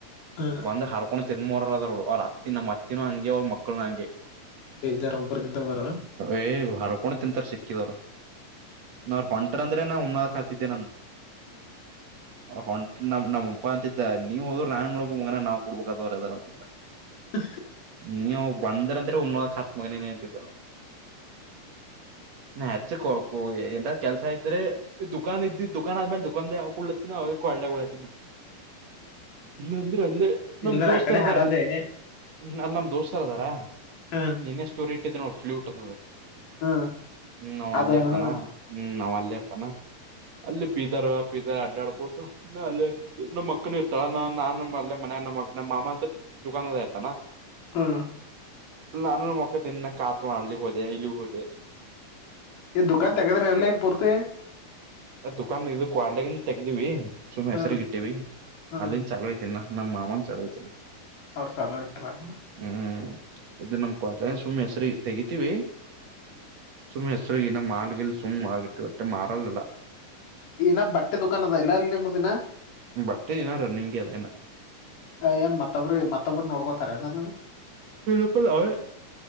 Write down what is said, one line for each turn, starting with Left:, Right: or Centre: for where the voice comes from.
Left: ಹಾ
Right: ಬಂದ್ ಹರ್ಕೊಂಡ್ ತಿಂದ ಮೋರ ಅದೋಡು ಅವ್ರ ಅತ್ತಿ ನಮ್ಮ ಅತ್ತಿನ ಹಂಗೆ ಅವ್ರ ಮಕ್ಳನ ಹಂಗೆ
Left: ಡೇಂಜರ್ ಅಬರ್ಗಿಂತ ಅವರ
Right: ಏ್ ಹೊರಕೊಂಡ ತಿಂತಾರ ಸಿಕ್ಕಿದವ್ರ ನಾವ್ರ ಹೊಂಟ ಕಟ ಹುನ್ನಾಾಸಿದ್ದೆ ಹ ನಮ್ ನಮ್ಮಪ್ಪ ಅಂತಿದ್ದ ನ ನೀವು ಹೋ್ರು ರಾಯ್ ನೋಳ ಮಗನ ನಾವ್ ಕೊಡ್ಬೇಕವ್ರ ಯ ಅದಾರ ಅಂತಿದ್ದ
Left: ಹ
Right: ನೀ ಬಂದ್ರ ಅಂದ್ರೆ ಹುಮನಾಬಾದ ಹರ್ತ್ ಮಗನೇನ್ ಅಂತಿದ್ದ ನೆಚ್ಚ ಕೊಕೋ ಎಂದ ಕೆಲಸ ಇದ್ದೆ ದುಾ ಇದ್ದಿ ದುಖಾನ್ ಆದ್ಮೇಲೆ ದುಕಾದ ಅವಾಗ ಕುಳತ್ತಿನ ಅವಳ್ಳ ಉತಿನ ಇಲ್ಲಾ ಅಂದ್ರೆ ಅಲ್ಲೇ ನಮ
Left: ಇಲ್ದರ
Right: ದೋಸ್ತರದಾರ
Left: ಆ ಕಡೆ ಹಾರದೆ
Right: ಹ್ಮ ಅಲ್ಲ ನಮ್ ದೋಸ್ತಾರ್ ಅದಾರ
Left: ಹ
Right: ಇನ್ನೇ ಸ್ಟೋರಿ ಇಟ್ಟಿದ ನೋ ಫ್ಲೂಟ್ ಅದದ
Left: ಹ
Right: ಹ್ಮ್ ನಾವ್
Left: ಅದ
Right: ಅಲ್ಲೇ ಇರ್ತಾನ
Left: ಹ
Right: ಹ್ಮ್ ನಾವ್ ಅಲ್ಲೇ ಇರ್ತಾನ ಅಲ್ಲಿ ಬಿದರ್ ಪದರ್ ಅಡ್ಡಡ್ಕೋದು ನಾ ಅಲ್ಲೇ ಇರ್ ನಮ್ಮ ಅಕ್ಕನ್ ಇರ್ತಾಳ ನ ನಾನನ್ ಅಲ್ಲ ಮನ ನಮ್ಮ ಮಕ್ಕ ನಮ್ಮ ಮಾಮ ಅಂತ ಚುಕಂಗದ ಇತಾ
Left: ಹ್ಮ
Right: ನಾನ ಮಕ ತಿ ಇನ್ನ ಕಾತ್ ಮಾಡ್ಲಿ ಹದೆ ಇಲ್ಲಿ ಹೋದೆ
Left: ಇನ್ ದುಕಾನ್ ತಗದ್ರ ಎಳ್ಳ ಈಗ ಪೂರ್ತಿ
Right: ದುಕಾನ್ ಇದು ಕ್ವಾಲ್ಟಿಗನ್ ತೆಗ್ದಿವವಿ ಸುಮ್ಮ್
Left: ಹ್ಮ
Right: ಹೆಸಗ್ ಇಟ್ಟಿವವಿ
Left: ಹ್ಮ್
Right: ಅಲ್ಲಿಂದ ಚಲೋ ಐ ತಿನ್ನನ್ನ ಮಾಾಮಾ ಚಲಾಯ ಚಲ್ಲ
Left: ಅವರು ಚಲೋ ಇಟ್ಟ್ರನು
Right: ಹ್ಮ್ ಇದದು ನಮ್ ಕ್ವಾಟ್ಲನ್ ಸುಮ್ಮ್ನೆ ಹೆಸ್ರ ತೆಗತಿೀವಿ
Left: ಹ್ಮ್
Right: ಸುಮ್ಮ್ ಹೆಸರು ಇನ್ನ ಮಾಲ್ಗಲ್ ಸುಮ್ ಆಗಿಟ್ಟು ಅತ್ತೆ ಮಾರಲ್ಲಿಲ್ಲ
Left: ನ ಬಟ್ಟೆ ದುಕಾನ ಅದ ಇಲ್ಲ ಇಲ್ಲಿ ನಿಮ ದಿನ
Right: ಬಟ್ ಲ್ಲ ರನ್ನಿಂಗಗೆ ಅದ
Left: ಏನ್ ಮತ್ತೊಬ್್ರ ಮತ್ತೊಬ್ಬ್ರ ನೋಡ್ಕೋತಾರ ಏನದು
Right: ಎಪ ಅವ